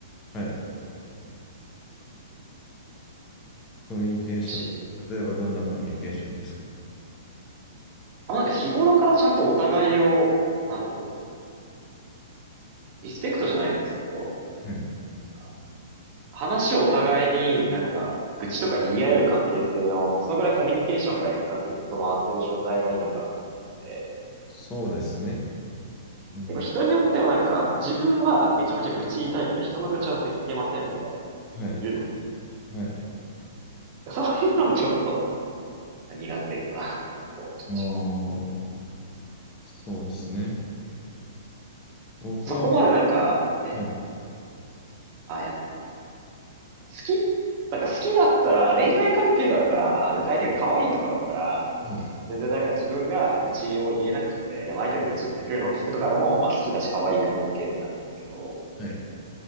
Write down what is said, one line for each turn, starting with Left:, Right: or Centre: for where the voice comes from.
Left: はい。コミュニケーション。
Right: 難しいっ
Left: 例えばどんなコミュニケーションですか
Right: て。あ、なんか日頃からちゃんとお互いを、なんだろう、リスペクトじゃないですけど、
Left: はい。
Right: なんか話をお互いになんか、愚痴とか言い合える関係性の、そのぐらいコミュニケーションが円滑にずっと回ってる状態がいいのかなと思ってて、
Left: そうですね。うん。
Right: 結構人によってはなんか、自分はめちゃめちゃ愚痴言いたいけど、人の愚痴は絶対聞けませんみたいな人結構いるの
Left: はい。はい。
Right: で、そういうのはちょっと、なんか苦手かなとかって思ってたりします。
Left: ああ、そうですね。僕は、
Right: そこまでなんか、
Left: はい。
Right: え、あ、いやなんか、好き、なんか好きだったら、恋愛関係だったら、で相手が可愛いとかだったら、
Left: はい。
Right: 全然なんか自分が愚痴を言えなくて、でも相手が愚痴言ってくるのを聞くとかでも、まあ好きだし可愛いから OK ってなるんですけど、
Left: はい。